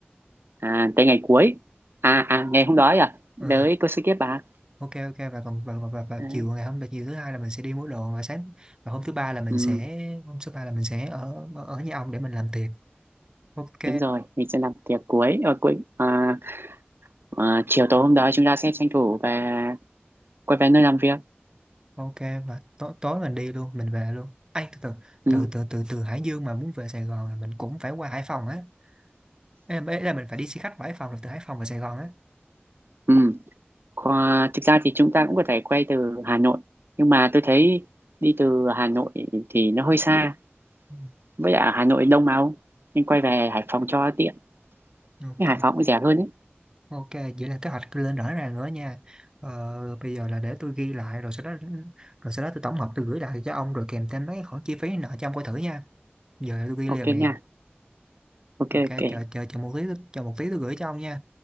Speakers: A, on the right (about 65°); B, on the right (about 20°).
A: À tới ngày cuối. À à ngày hôm đó ấy à.
B: ừ,
A: Đấy cô sẽ kiếp bà.
B: ok ok và còn và, và, và, và
A: Đấy.
B: chiều ngày hôm và chiều thứ hai là mình sẽ đi mua đồ và sáng và hôm thứ ba là mình
A: Ừ,
B: sẽ hôm thứ ba là mình sẽ ở ở ở nhà ông để mình làm tiệc ok
A: đúng rồi, mình sẽ làm tiệc cuối ở cuối à, à, chiều tối hôm đó chúng ta sẽ tranh thủ về quay về nơi làm việc.
B: ok và tối tối mình đi luôn mình về luôn ai từ từ
A: Ừ.
B: từ từ từ từ Hải Dương mà muốn về Sài Gòn là mình cũng phải qua Hải Phòng á Ê, là ê, là mình phải đi xe khách qua Hải Phòng rồi từ Hải Phòng về Sài Gòn á
A: Ừ. Qua, thực ra thì chúng ta cũng có thể quay từ Hà Nội nhưng mà tôi thấy đi từ Hà Nội thì nó hơi xa
B: Ừ,
A: với lại ở Hà Nội đông mà ông nên quay về Hải Phòng cho tiện
B: ok
A: cái Hải Phòng cũng rẻ hơn ấy
B: Ok, vậy là kế hoạch lên rõ ràng nữa nha. Ờ, bây giờ là để tôi ghi lại rồi sau đó rồi sau đó tôi tổng hợp tôi gửi lại cho ông rồi kèm thêm mấy cái khoản chi phí nợ cho ông coi thử nha. Giờ tôi ghi
A: ok
B: liền nè.
A: nha ok
B: Ok,
A: ok
B: chờ chờ chờ một tí chờ một tí tôi gửi cho ông nha.